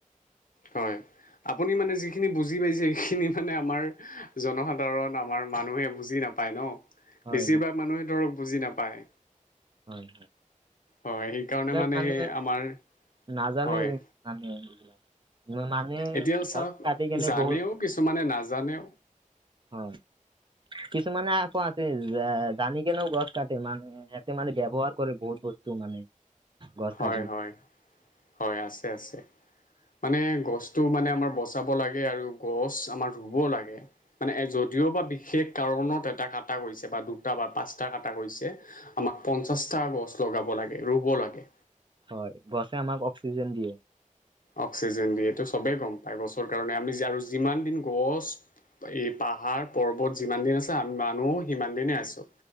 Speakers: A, on the left; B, on the right.
A: হয়। আপুনি মানে যিখিনি বুজি পাইছে, সেইখিনি মানে আমাৰ জনসাধাৰণ আমাৰ মানুহে বুজি নাপাই। নাপায় ন,
B: হয়
A: বেছিভাগ
B: বুজ-
A: মানুহে ধৰক বুজি নাপায়।
B: হয়।
A: হয় সেইকাৰণে
B: এইবিলাক
A: মানে
B: মানুহে
A: আমাৰ,
B: নাজানে
A: হয়।
B: এই মানুহে এইবিলাক। ম- মানুহে
A: এতিয়া
B: গছ
A: চাওঁক
B: কাটি কেনে
A: জানেও
B: বহুত
A: কিছুমানে নাজানেও।
B: হয়। কিছুমানে আকৌ আছে জানি কেনেও গছ কাটে মানুহে। মানে ব্যৱহাৰ কৰে বহুত বস্তু মানে। গছ
A: হয়,
B: কাটি
A: হয়। হয়, আছে আছে। মানে গছতটো মানে আমাৰ বচাব লাগে আৰু গছ আমাৰ ৰুব লাগে মানে, য যদিওবা বিশেষ কাৰণত এটা কটা গৈছে, বা দুটা বা পাঁচটা কাটা গেছে, আমাক পঞ্চাচটা চা গছ লগাব লাগে, ৰুব লাগে।
B: হয়, গছে আমাক অক্সিজেন দিয়ে।
A: অক্সিজেন দিয়ে। এইটো চবেই গম পায়, গছৰ কাৰণে আমি আৰু যিমান দিন গছ এই পাহাৰ পৰ্বত যিমান দিন আছে আমি মানুহো সিমান দিনে আছো।